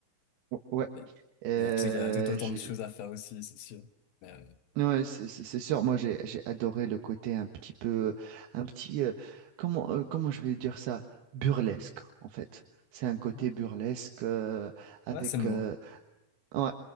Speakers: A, on the right (about 65°); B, on the left (about 75°).
A: Ou- Ouais,
B: Mais
A: euh,
B: Il y a tout, il y a tout autant
A: j'ai-
B: de choses à faire aussi, c'est sûr. Mais, euh,
A: ouais, c'est c'est- c'est sûr. Moi, j'ai j'ai adoré le côté un petit peu, un petit, euh, comment euh, comment je vais dire ça, burlesque en fait. C'est un côté
B: ouais,
A: burlesque euh, avec.
B: ouais, c'est le mot.
A: euh, Ouais.